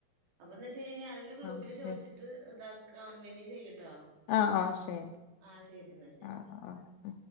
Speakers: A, on the right; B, on the left.
A: അപ്പ എന്നാ ശരി ഇനി ആരെങ്കിലും ഗ്രൂപ്പില്
B: ആഹ് ശരി
A: ചോയ്ച്ചിട്ട് ഇതാ കണ്ടിന്യൂ ചെയ്യട്ടോ?
B: ആഹ് ആഹ് ശരി.
A: ആഹ് ശരിെന്നാ ശരി.
B: ആഹ് ആഹ്